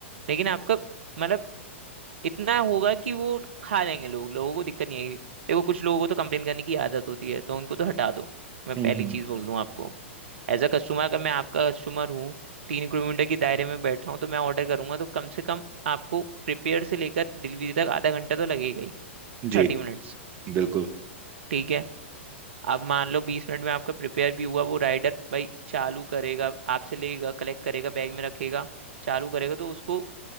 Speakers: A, on the right (about 60°); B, on the right (about 30°).
A: लेकिन आपका मतलब इतना होगा कि वो खा लेंगे लोग लोगों को दिक्कत नहीं आएगी देखो कुछ लोगों को तो कंप्लेन करने की आदत होती है तो उनको तो हटा दो मैं पहली
B: हम्म हम्म
A: चीज़ बोल दूं आपको एज अ कस्टमर अगर मैं आपका कस्टमर हूँ तीन किलोमीटर के दायरे में बैठा हूँ तो मैं ऑर्डर करूंगा तो कम से कम आपको प्रिपेयर से लेकर डिलीवरी तक आधा घंटा तो लगेगा ही
B: जी
A: थर्टी मिनट्स
B: बिल्कुल
A: ठीक है अब मान लो बीस मिनट में आपका प्रिपेयर भी हुआ वो राइडर भाई चालू करेगा आपसे लेगा कलेक्ट करेगा बैग में रखेगा चालू करेगा तो उसको